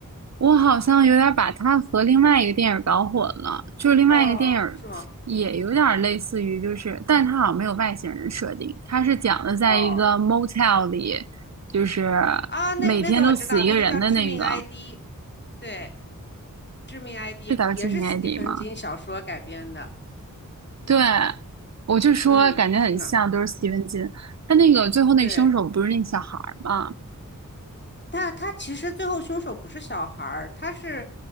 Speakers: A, on the right; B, on the left.
A: 我好像有点儿把它和另外一个电影儿搞混了，就是另外一个电影儿也有点儿类似于，
B: 哦，是吗？
A: 就是但它好像没有外星人的设定，它是讲的在一个
B: 哦
A: motel 里，就是
B: 啊，那那个我知道，
A: 每天都死一个人的那个，
B: 那个叫致命 ID，对致命 ID》也是斯蒂芬金小说改编的。
A: 是叫《致命 ID》吗？对，我就说感觉很像，
B: 嗯，是呢，
A: 都是斯蒂芬金。他那个最后那凶手不是那小孩儿吗？
B: 对，但他其实最后凶手不是小孩儿，他是